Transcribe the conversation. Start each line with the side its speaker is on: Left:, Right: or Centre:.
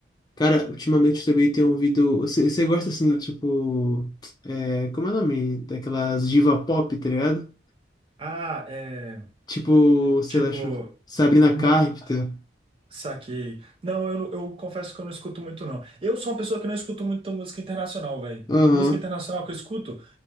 Left: Cara, ultimamente eu também tenho ouvido. Você você gosta assim do tipo. é, como é o nome? Daquelas diva pop, tá ligado?
Right: Ah, é.
Left: Tipo, sei
Right: Tipo.
Left: lá, acho- Sabrina
Right: Não,
Left: Carpenter.
Right: saquei. Não, eu, eu confesso que eu não escuto muito, não. Eu sou uma pessoa que não escuto muito música internacional, velho.
Left: Aham.
Right: Música internacional que eu escuto.